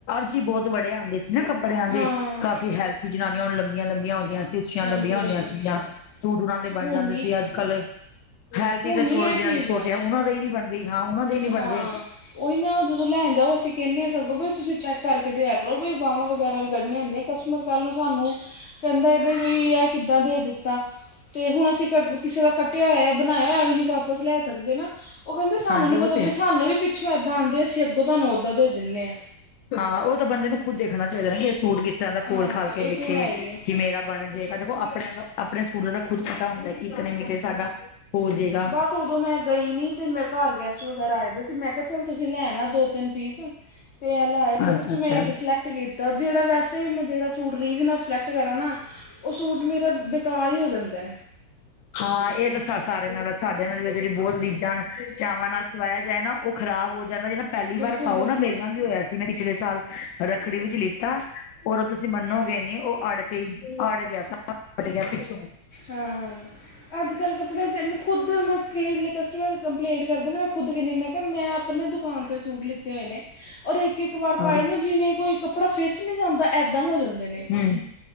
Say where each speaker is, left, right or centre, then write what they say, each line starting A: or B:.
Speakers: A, on the left (about 85°); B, on the left (about 65°).
A: ਜੀ ਬਹੁਤ ਬੜੇ ਆਉਂਦੇ ਸੀ ਨਾ ਕੱਪੜਿਆਂ ਦੇ
B: ਹਾਂ
A: ਕਾਫੀ ਹੈਲਥੀ ਜਨਾਨੀਆਂ ਹੁਣ ਲੰਬੀਆਂ- ਲੰਬੀਆਂ ਹੁੰਦੀਆਂ। ਉੱਚੀ- ਉੱਚੀਆਂ
B: ਹਾਂਜੀ
A: ਲੰਭੀਆਂ ਹੁੰਦੀਆਂ
B: ਹਾਂਜੀ
A: ਸੀਗੀਆਂ। ਸੂਟ ਉਹਾਂ ਦੇ ਬਣ
B: ਹੁਣ
A: ਜਾਂਦੇ
B: ਨਹੀਂ
A: ਸੀ, ਅੱਜ ਕੱਲ ਹੈਲਥੀ
B: ਹੁਣ
A: ਤਾਂ
B: ਨਹੀਂ
A: ਛੋੜੋ
B: ਇਹ
A: ਜਿਨਾਂ
B: ਚੀਜ਼
A: ਦੇ ਛੋਟੇ ਆ ਉਹਨਾਂ ਦੇ ਹੀ ਨੀ ਬਣ ਹਾਂ ਉਹਨਾਂ ਦੇ ਹੀ ਨੀ ਬਣਦੇ।
B: ਹਾਂ ਉਹੀ ਨਾ ਜਦੋਂ ਲੈਣ ਜਾਓ ਅਸੀਂ ਕਹਿੰਦੇ ਹਾਂ ਸਗੋਂ ਵੀ ਤੁਸੀਂ ਚੈੱਕ ਕਰਕੇ ਦੇਆ ਕਰੋ ਵੀ ਬਾਹਵਾਂ ਵਗੈਰਾ ਵੀ ਕੱਢਣੀਆਂ ਹੁੰਦੀਆਂ। ਕਸਟਮਰ ਕੱਲ ਨੂੰ ਸਾਨੂੰ, ਕਹਿੰਦਾ ਹੈ ਬਈ ਤੁਸੀਂ ਆ ਕਿੱਦਾਂ ਦੇ ਦਿੱਤਾ। ਤੇ ਹੁਣ ਅਸੀਂ ਕ ਕਿਸੇ ਦਾ ਕੱਟਿਆ ਹੋਇਆ ਬਣਾਇਆ ਹੋਇਆ ਵੀ ਨੀ ਵਾਪਸ ਲੈ ਸਕਦੇ ਨਾ ਉਹ ਕਹਿੰਦੇ ਸਾਨੂੰ
A: ਹਾਂਜੀ
B: ਨੀ
A: ਉਹ
B: ਪਤਾ।
A: ਤੇ
B: ਵੀ
A: ਹੈ
B: ਸਾਨੂੰ ਵੀ ਪਿੱਛੋਂ ਇੱਦਾਂ ਆਂਦੇ ਹੈ ਅਸੀਂ ਅਗੋਂ ਤੁਹਾਨੂੰ ਉਦਾ ਦੇ ਦਿੰਦੇ ਹਾਂ।
A: ਹਾਂ ਉਹ ਤਾਂ ਬੰਦੇ ਨੂੰ ਖੁੱਦ ਦੇਖਣਾ ਚਾਹੀਦਾ ਕਿ ਇਹ ਸੂਟ ਕਿਸ ਤਰਾਂ ਦਾ ਖੋਲ-
B: ਹਾਂ
A: ਖਾਲ ਕੇ
B: ਇਹ
A: ਦੇਖੇ,
B: ਤਾਂ ਹੈ ਹੀ ਹੈ
A: ਕਿਵੇ ਦਾ। ਬਣ ਜਾਏਗਾ ਦੇਖੋ ਆਪਣੇ ਦਾ ਆਪਣੇ ਸੂਟ ਦਾ ਖੁਦ ਪਤਾ ਹੁੰਦਾ ਕਿਤਨੇ ਮੀਟਰ ਸਾਡਾ ਹੋ ਜਾਏਗਾ
B: ਬਸ ਉਦੋਂ ਮੈਂ ਗਈ ਨਹੀਂ ਤੇ ਮੈਂ ਘਰ ਗੈਸਟ ਵਗੈਰਾ ਆਏ ਦ ਸੀ ਮੈਂ ਕਿਹਾ ਚੱਲ ਤੁਸੀਂ ਲੈਣਾ ਆ ਦੋ- ਤਿੰਨ ਪੀਸ। ਤੇ ਏਹ ਲੇ ਅਅਏ ਉਹਦੇ
A: ਅੱਛਾ
B: ਚ
A: ਅੱਛਾ
B: ਮੈਂ ਇਕ ਸਿਲੈਕਟ ਕੀਤਾ ਜੇਹੜਾ ਵੈਸੇ ਵੀੈਂ ਮੈਂ ਜੇਹੜਾ ਸੂਟ ਰੀਝ ਨਾਲ ਸਲੈਕਟ ਕਰਦੀ। ਤਾ ਨਾ ਉਹ ਸੂਟ ਮੇਰਾ ਬੇਕਾਰ ਹੀ ਹੋ ਜਾਂਦਾ।
A: ਹਾਂ ਇਹ ਤਾਂ ਸਾਰੇ ਨਾਲ ਸਾਡੇ ਨਾਲ ਵੀ ਜਿਹੜੀ ਬਹੁਤ ਰੀਝਾਂ, ਚਾਵਾਂ ਨਾਲ ਸਵਾਇਆ ਜਾਏ ਨਾ, ਉਹ ਖਰਾਬ ਹੋ ਜਾਂਦਾ ਜਿਹੜਾ ਪਹਿਲੀ
B: ਬਿਲਕੁਲ
A: ਵਾਰ ਪਾਓ
B: ਬਿਲਕੁਲ
A: ਨਾ ਮੇਰੇ ਨਾਲ ਵੀ ਹੋਇਆ ਸੀ। ਜਿਵੇਂ ਪਿਛਲੇ ਸਾਲ ਰੱਖੜੀ ਵਿੱਚ ਲਿੱਤਾ, ਉਹ ਤੁਸੀਂ ਮੰਨੋਗੇ ਨੀ ਉਹ ਅੜ ਕੇ ਹੀ, ਅੜ ਗਿਆ ਸਾਰਾ ਪਟ ਗਿਆ ਪਿੱਛੋਂ।
B: ਹਾਂ ਅੱਜ ਕੱਲ ਕੱਪੜਿਆਂ ਚ ਮੈਂ ਖੁੱਦ ਮੈਂ ਕਿਲੇ ਕਸਟਮਰ ਕੰਪਲੇਂਟ ਕਰਦੇ ਨੇ ਮੈਂ, ਖੁਦ ਕੇਨੀ ਮੈਂ ਕਿਹਾ ਮੈਂ ਆਪਣੇ ਦੁਕਾਨ ਤੋਂ ਹੀ ਸੂਟ ਲਿੱਤੇ ਹੋਏ ਨੇ। ਔਰ ਇੱਕ- ਇੱਕ ਵਾਰ
A: ਹਾਂ
B: ਪਾਏਦੇ ਜਿਵੇਂ ਕੋਈ ਕੱਪੜਾ ਫਿਸ ਨਹੀਂ ਜਾਂਦਾ ਏਦਾਂ ਹੋ ਜਾਂਦਾ। ਨੇ
A: ਹਮ